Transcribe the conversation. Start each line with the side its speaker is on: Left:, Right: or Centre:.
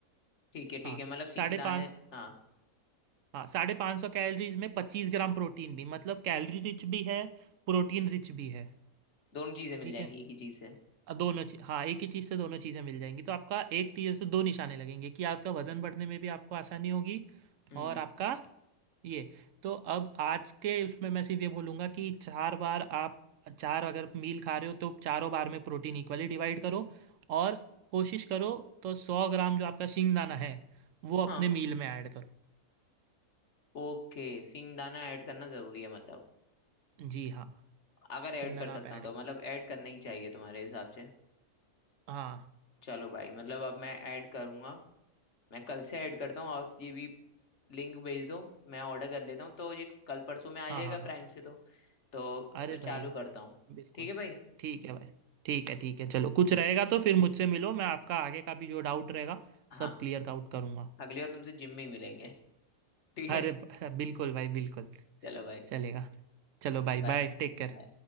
Left: ठीक है ठीक
Right: हाँ
Left: है मतलब सिंगदाने
Right: साढ़े पाँच
Left: हाँ
Right: हाँ साढ़े पाँच सौ कैलोरीज में पच्चीस ग्राम प्रोटीन भी मतलब कैलोरी रिच भी है प्रोटीन रिच भी है
Left: दोनों चीजें मिल
Right: ठीक
Left: जाएंगी
Right: है
Left: एक ही चीज से
Right: अ, दोनों चीज हाँ एक ही चीज़ से दोनों चीज़ें मिल जाएंगी तो आपका एक तीर से दो निशाने लगेंगे कि आपका वजन बढ़ने में भी आपको आसानी होगी
Left: हम्म
Right: और आपका ये तो अब आज के उसमें मैं सिर्फ ये बोलूँगा कि चार बार आप चार अगर मील खा रहे हो तो चारों बार में प्रोटीन इक्वली डिवाइड करो और कोशिश करो तो सौ ग्राम जो आपका शिंगदाना है वो अपने
Left: हाँ
Right: मील में ऐड करो
Left: ओके सिंगदाना ऐड करना जरूरी है मतलब
Right: जी हाँ
Left: अगर ऐड
Right: सिंगदाना
Left: कर सकता
Right: आप ऐड
Left: हूँ तो
Right: करो
Left: मतलब ऐड करना ही चाहिए तुम्हारे हिसाब से
Right: हाँ
Left: चलो भाई मतलब अब मैं ऐड करूंगा मैं कल से ऐड करता हूँ और ये भी लिंक भेज दो मैं ऑर्डर कर लेता हूँ तो ये कल परसों में आ
Right: हाँ
Left: जाएगा
Right: हाँ
Left: प्राइम
Right: हाँ
Left: से तो तो
Right: अरे
Left: मैं
Right: भाई
Left: चालू करता हूँ
Right: बिल्कुल
Left: ठीक है भाई
Right: ठीक है भाई ठीक है ठीक है चलो कुछ रहेगा तो फिर मुझसे मिलो मैं आपका आगे का भी जो डाउट रहेगा
Left: हाँ
Right: सब क्लियर आउट करूँगा
Left: अगली बार तुमसे जिम में ही मिलेंगे ठीक
Right: अरे
Left: है
Right: ब- <laughs> बिल्कुल भाई बिल्कुल
Left: चलो भाई
Right: चलेगा चलो भाई
Left: बाय
Right: बाय टेक केयर